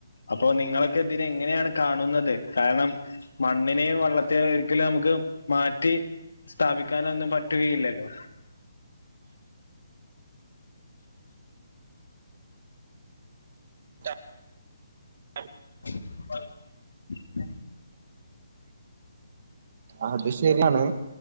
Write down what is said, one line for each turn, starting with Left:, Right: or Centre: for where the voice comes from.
Left: അപ്പോ നിങ്ങളൊക്കെ ഇതിനെ എങ്ങനെയാണ് കാണുന്നത്? കാരണം മണ്ണിനെയും വെള്ള ത്തെ ഒരിക്കലും നമക്ക് മാറ്റി സ്ഥാപിക്കാനൊന്നും പ റ്റുകയില്ലല്ലോ
Right: <unintelligible>
Left: <unintelligible>
Right: അത് ശെര്യാണ്